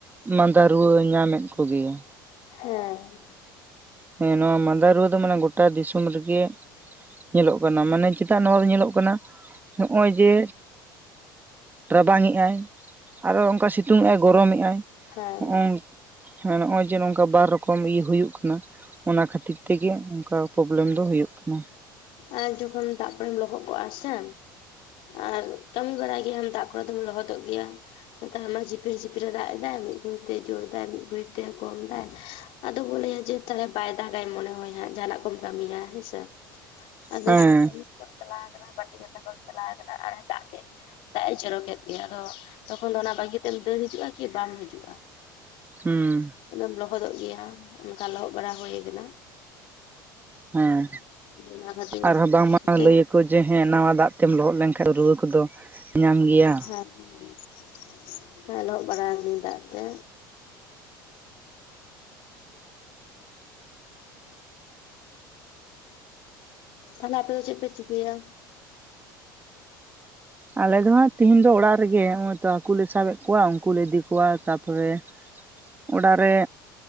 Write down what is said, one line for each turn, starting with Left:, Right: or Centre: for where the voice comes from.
Right: ᱢᱟᱸᱫᱟ ᱨᱩᱣᱟᱹ ᱧᱟᱢᱮᱫ ᱠᱚ ᱜᱮᱭᱟ᱾
Left: ᱦᱮᱸ᱾
Right: ᱦᱮᱸ ᱱᱚᱣᱟ ᱢᱟᱸᱫᱟ ᱨᱩᱣᱟᱹ ᱫᱚ ᱢᱟᱱᱮ ᱜᱚᱴᱟ ᱫᱤᱥᱚᱢ ᱨᱮᱜᱮ ᱧᱮᱞᱚᱜ ᱠᱟᱱᱟ ᱢᱟᱱᱮ ᱪᱮᱫᱟᱜ ᱱᱚᱣᱟ ᱫᱚ ᱧᱮᱞᱚᱜ ᱠᱟᱱᱟ᱾ ᱱᱚᱜ-ᱚᱭ ᱡᱮ ᱨᱟᱵᱟᱝᱮ-ᱟᱭ ᱟᱨᱚ ᱚᱱᱠᱟ ᱥᱤᱛᱩᱝᱮᱼᱟᱭ, ᱜᱚᱨᱚᱢᱮᱼᱟᱭ
Left: ᱦᱮᱸ
Right: ᱦᱚ-ᱚᱝ ᱦᱮᱸ ᱱᱚᱜ-ᱚᱭ ᱡᱮ ᱱᱚᱝᱠᱟ ᱵᱟᱨ ᱨᱚᱠᱚᱢ ᱤᱭᱟᱹ ᱦᱩᱭᱩᱜ ᱠᱟᱱᱟ᱾ ᱚᱱᱟ ᱠᱷᱟᱹᱛᱤᱨ ᱛᱮᱜᱮ ᱚᱱᱠᱟ ᱯᱨᱚᱵᱞᱮᱢ ᱫᱚ ᱦᱩᱭᱩᱜ ᱠᱟᱱᱟ᱾
Left: ᱟᱨ ᱡᱚᱠᱷᱚᱱ ᱫᱟᱜ ᱠᱚᱨᱮᱢ ᱞᱚᱦᱚᱫ ᱠᱚᱜ-ᱟ ᱥᱮ᱾ ᱟᱨ ᱠᱟᱹᱢᱤ ᱵᱟᱲᱟᱭ ᱜᱮᱭᱟᱢ ᱫᱟᱜ ᱠᱚᱨᱮ ᱫᱚᱢ ᱞᱚᱦᱚᱫᱚᱜ ᱜᱮᱭᱟ᱾ ᱱᱮᱛᱟᱨ ᱢᱟ ᱡᱷᱤᱯᱤᱨ ᱡᱷᱤᱯᱤᱨ ᱮ ᱫᱟᱜ ᱮᱫᱟᱭ᱾ ᱢᱤᱫ ᱜᱷᱲᱤᱡ ᱛᱮᱭ ᱡᱳᱨ ᱫᱟᱭ, ᱢᱤᱫ ᱜᱷᱲᱤᱡ ᱛᱮ ᱠᱚᱢ ᱫᱟᱭ᱾ ᱟᱫᱚ ᱠᱚ ᱞᱟᱹᱭᱟ ᱡᱮ ᱛᱟᱞᱦᱮ ᱵᱟᱭ ᱫᱟᱜᱟᱭ ᱢᱚᱱᱮ ᱦᱚᱭ ᱦᱟᱸᱜ ᱡᱟᱦᱟᱱᱟᱜ ᱠᱚᱢ ᱠᱟᱹᱢᱤᱭᱟ ᱦᱮᱸᱥᱮ᱾ ᱟᱫᱚ
Right: ᱦᱮᱸ
Left: ᱪᱮᱫ ᱠᱟᱹᱢᱤ ᱠᱚᱢ ᱪᱟᱞᱟᱣ ᱠᱟᱱᱟ, ᱵᱟᱴᱤ ᱜᱷᱟᱥᱟᱣ ᱠᱚᱢ ᱪᱟᱞᱟᱣ ᱠᱟᱱᱟ ᱟᱨᱮ ᱫᱟᱜ ᱠᱮᱫ᱾ ᱫᱟᱜ ᱮ ᱪᱚᱨᱚ ᱠᱮᱫ ᱜᱮ ᱟᱫᱚ ᱛᱚᱠᱷᱚᱱ ᱫᱚ ᱚᱱᱟ ᱵᱟᱹᱜᱤ ᱠᱟᱛᱮᱢ ᱫᱟᱹᱲ ᱦᱤᱡᱩᱜ-ᱟ ᱠᱤ ᱵᱟᱢ ᱦᱤᱡᱩᱜ-ᱟ᱾
Right: ᱦᱩᱸ᱾
Left: ᱟᱫᱚᱢ ᱞᱚᱦᱚᱫᱚᱜ ᱜᱮᱭᱟᱢ ᱚᱱᱠᱟ ᱞᱚᱦᱚᱫ ᱵᱟᱲᱟ ᱦᱩᱭ ᱠᱟᱱᱟ᱾
Right: ᱦᱮᱸ᱾
Left: ᱚᱱᱟ ᱠᱷᱟᱹᱛᱤᱨ
Right: ᱟᱨᱦᱚᱸ ᱵᱟᱝᱢᱟ
Left: ᱛᱮ
Right: ᱞᱟᱹᱭᱟᱠᱚ ᱡᱮ ᱡᱮ ᱦᱮᱸ ᱱᱟᱣᱟ ᱫᱟᱜ ᱛᱮᱢ ᱞᱚᱦᱚᱫ ᱞᱮᱱᱠᱷᱟᱱ ᱫᱚ ᱨᱩᱣᱟᱹ ᱠᱚᱫᱚ ᱧᱟᱢ ᱜᱮᱭᱟ
Left: ᱦᱮᱸ <unintelligible> ᱦᱮᱸ ᱞᱚᱦᱚᱜ ᱵᱟᱲᱟᱣ ᱟᱠᱟᱤᱧ ᱫᱟᱜ ᱛᱮ᱾ ᱛᱟᱦᱚᱞᱮ ᱟᱯᱮ ᱫᱚ ᱪᱮᱫ ᱯᱮ ᱪᱤᱠᱟᱹᱭᱟ?
Right: ᱟᱞᱮ ᱫᱚ ᱦᱟᱸᱜ ᱛᱤᱦᱤᱧ ᱫᱚ ᱚᱲᱟᱜ ᱨᱮᱜᱮ ᱦᱚᱸ-ᱚᱭᱵᱛᱚ ᱦᱟᱹᱠᱩ ᱞᱮ ᱥᱟᱵᱮᱫ ᱠᱚᱣᱟ ᱩᱱᱠᱩ ᱞᱮ ᱤᱫᱤ ᱠᱚᱣᱟ ᱛᱟᱯ ᱯᱚᱨᱮ ᱚᱲᱟᱜ ᱨᱮ